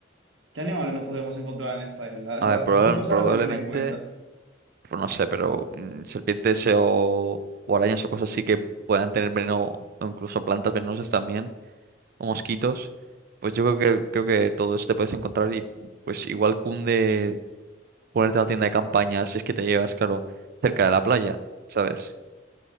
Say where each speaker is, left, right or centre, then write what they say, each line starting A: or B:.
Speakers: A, on the right; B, on the right.
A: ¿Qué animales nos podríamos encontrar en esta isla?
B: A
A: O sea,
B: ver, proba-
A: son cosas
B: probablemente,
A: a tener en cuenta.
B: pues no sé, pero mm, serpientes o, o arañas o cosas así que puedan tener veneno, o incluso plantas venenosas también, o mosquitos, pues yo creo que, creo que todo eso te puedes encontrar y pues igual cunde ponerte a la tienda de campaña si es que te llevas, claro, cerca de la playa, ¿sabes?